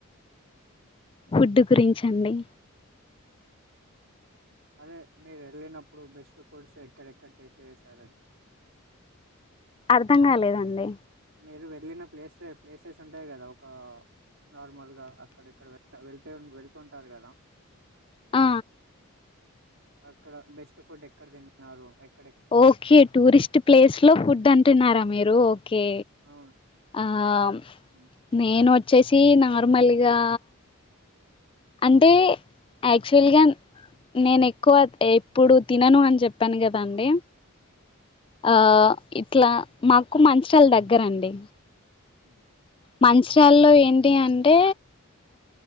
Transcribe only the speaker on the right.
అదే మీరు వెళ్ళినప్పుడు బెస్ట్ ఫుడ్స్ ఎక్కడెక్కడ టేస్ట్ చేసారన్
మీరు వెళ్ళిన ప్లేస్ ప్లేసెస్ ఉంటాయి కదా. ఒక నార్మల్గా అక్కడక్కడ వె వెళ్త వెళ్తుూ ఉంటారు కదా.
అక్కడ బెస్ట్ ఫుడ్ ఎక్కడ తిన్నారు ఎక్
అవును
హ్మ్.
హ